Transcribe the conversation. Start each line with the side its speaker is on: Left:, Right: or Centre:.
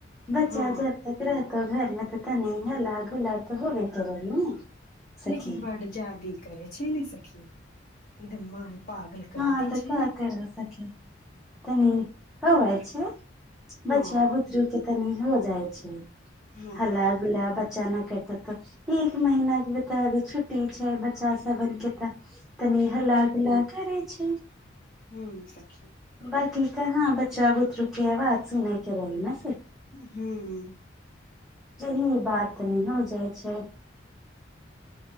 Centre: बच्चा
Left: हँ
Centre: जब तक रहतौ घरमे तऽ तनी हल्ला गुल्ला तऽ होबे करै ने सखी
Left: लेकिन बड्ड जादे करै छै ने सखी ईदम्म मन पागल कर
Centre: हँ
Left: देै
Centre: तऽ
Left: छै
Centre: का
Left: ने
Centre: कर सकी तनी हो जाइ छै
Left: हँ
Centre: बच्चा बुतरू के तनी हो जाइ छै
Left: हँ
Centre: हल्ला गुल्ला बच्चा न करतै तऽ एक महीना के बता अभी छुट्टी छै बच्चा सबन के तऽ तनी हल्ला गुल्ला करै छै
Left: हूँ सखी
Centre: बाकी कहँ बच्चा बुतरु के आवाज सुनै के रहै न
Left: हूँ
Centre: जहिये बात नहि हो जाय छै